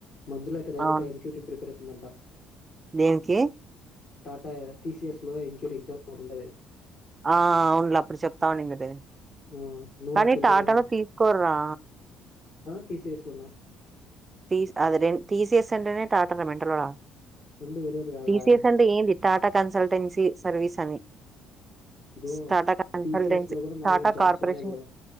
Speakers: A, on the left (about 55°); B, on the right (about 30°).
A: మంజుల అయితే డైరెక్ట్
B: అవును
A: ఎంక్యూ ప్రిపేర్ ర్అవుతుందట
B: దేనికి.
A: ఆ టి సి ఎస్ లో ఇంకోటి ఎగ్జామ్ ఒకటి ఉంటది.
B: ఆ అవున్లే అప్పుడు చెప్తావుండింది.
A: ఆ నువ్వు
B: కానీ
A: అది ప్రిపేర్
B: టాటాలో
A: అవుదాం
B: తీసుకోర్రా.
A: టి సి ఎస్ లోనా
B: టీస్ అది రె టి సి ఎస్ అంటేనే టాటరా మెంటలోడా.
A: రెండు వేర్వేరు గాదా.
B: టీసీఎస్ అంటే ఏంది టాటా కన్సల్టెన్సీ సర్వీస్ అని.
A: బ్రో
B: స్టాటా కన్సల్టెన్సి
A: టీసీఎస్ లో కూడా మనవి
B: టాటా
A: జాబ్స్
B: కార్పొరేషన్
A: ఉన్నాయి బ్రో